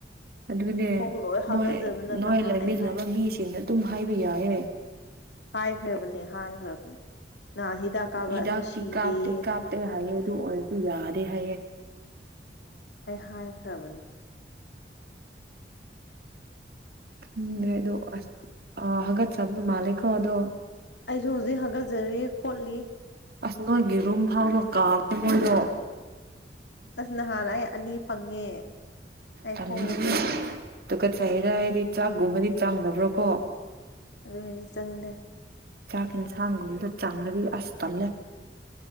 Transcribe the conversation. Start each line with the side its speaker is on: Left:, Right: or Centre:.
Right: ꯑꯗꯨꯅꯦ
Left: ꯈꯣꯡ ꯂꯣꯏ ꯍꯥꯒꯖꯕꯅ
Right: ꯃꯣꯏ ꯅꯥꯏ
Left: ꯅꯍꯥꯟ
Right: ꯂꯩꯃꯤꯟꯅꯕ
Left: ꯑꯩ
Right: ꯃꯤꯁꯤꯡꯅ ꯑꯗꯨꯝ ꯍꯥꯏꯕ ꯌꯥꯏꯌꯦ
Left: ꯍꯥꯏꯈ꯭ꯔꯕꯅꯦ ꯍꯥꯏꯈ꯭ꯔꯕꯅꯦ ꯅꯥ ꯍꯤꯗꯥꯛ ꯀꯥꯕ
Right: ꯍꯤꯗꯥꯛꯇꯤ
Left: ꯑꯗꯣ ꯁꯤꯗꯦꯌꯦ
Right: ꯀꯥꯞꯇꯦ ꯀꯥꯞꯇꯦ ꯍꯥꯏꯌꯦ ꯑꯗꯨ ꯑꯣꯏꯔꯁꯨ ꯌꯥꯗꯦ ꯍꯥꯏꯌꯦ
Left: ꯑꯩ ꯍꯥꯏꯈ꯭ꯔꯕꯅꯦ
Right: ꯎꯝꯦ ꯑꯗꯨ ꯑꯁ ꯑ ꯍꯥꯏꯠ ꯁꯕ ꯃꯥꯂꯀꯣ ꯑꯗꯨ
Left: ꯑꯩꯁꯨ ꯍꯧꯖꯤꯛ ꯍꯥꯒꯠꯆꯔꯤ ꯈꯣꯠꯂꯤ
Right: ꯑꯁ ꯅꯣꯏꯒꯤ ꯔꯨꯝ ꯐꯥꯎꯗꯣ ꯀꯥꯕꯅꯦ ꯃꯣꯏꯗꯣ
Left: ꯑꯁ ꯅꯍꯥꯟꯅ ꯑꯅꯤ ꯐꯪꯉꯦ ꯑꯩ
Right: ꯇꯜꯂꯤꯅꯦ
Left: ꯈꯣꯡꯗꯒꯤ
Right: ꯑꯗꯨꯒ ꯆꯍꯤꯗ ꯍꯥꯏꯗꯤ ꯆꯥꯛꯒꯨꯝꯕꯗꯤ ꯆꯥꯡꯅꯕ꯭ꯔꯣ ꯀꯣ
Left: ꯑꯗꯨ ꯆꯪꯗꯦ
Right: ꯆꯥꯛ ꯌꯦꯟꯁꯥꯡꯒꯨꯝꯕꯗ ꯆꯪꯉꯗꯤ ꯑꯁ ꯇꯜꯂꯦ